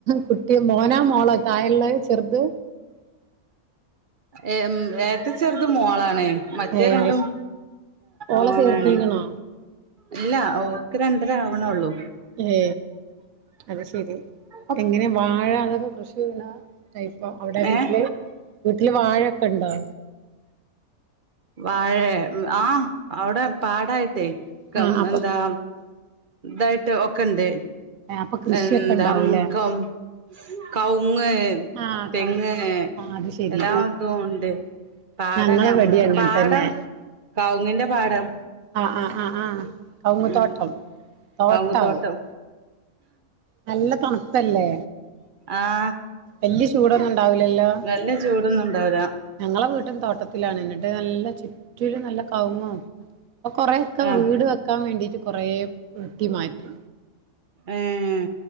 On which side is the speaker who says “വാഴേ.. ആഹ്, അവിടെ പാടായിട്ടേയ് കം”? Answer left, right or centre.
Right